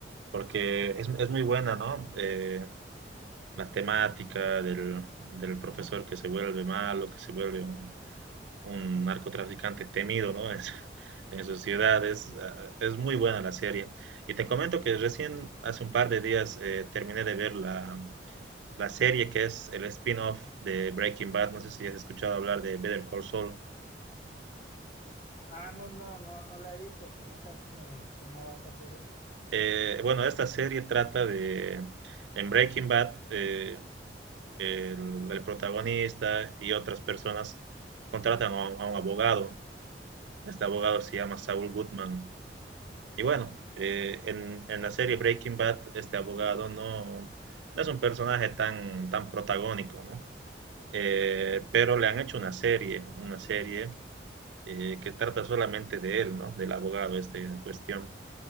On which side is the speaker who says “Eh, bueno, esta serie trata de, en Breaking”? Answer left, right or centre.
Right